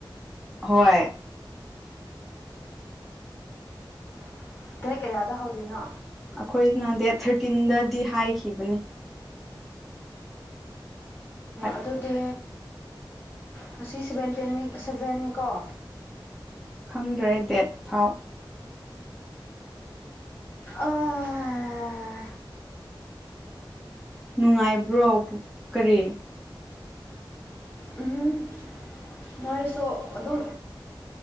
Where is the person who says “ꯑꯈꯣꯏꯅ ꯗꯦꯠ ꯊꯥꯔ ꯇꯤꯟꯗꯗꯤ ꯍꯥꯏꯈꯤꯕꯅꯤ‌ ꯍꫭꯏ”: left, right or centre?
Centre